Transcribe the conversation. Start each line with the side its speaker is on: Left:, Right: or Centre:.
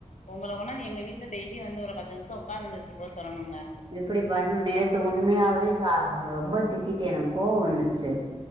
Left: ஒங்கள ஒரு நாள் எங்க வீட்ல டெய்லி வந்து ஒரு பத்து நிமிஷோ உக்காட்ந்துட்டு எஞ்சு போ சொல்லனுங்க
Right: இப்டி பண் நேத்து உண்மையாவே ச ரொம்ப திட்டிட்டு எனக் கோவோ வந்துடுச்சு.